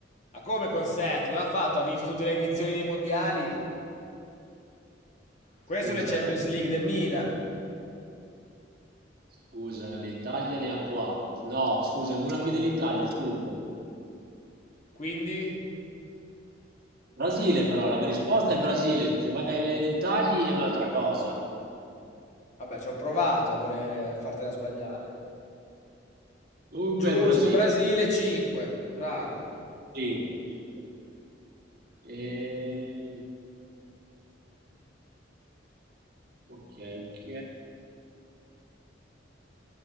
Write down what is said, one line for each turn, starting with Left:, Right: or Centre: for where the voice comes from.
Left: Ma come con 7? Cosa ha fatto? Ha vinto tutte le edizioni dei mondiali? Queste
Right: Scusa,
Left: sono le Champions League del Milan.
Right: scusa, l'Italia ne ha 4. No, scusa, una più dell'Italia, 5.
Left: Quindi,
Right: Brasile però, la mia risposta è Brasile. Se vai nei dettagli è un'altra cosa.
Left: vabbè, ci ho provato a voler fartela sbagliare.
Right: Comunque
Left: Giusto,
Right: è il Brasile.
Left: Brasile 5. Bravo.
Right: Sì, tipo. Ehm, ok, ok.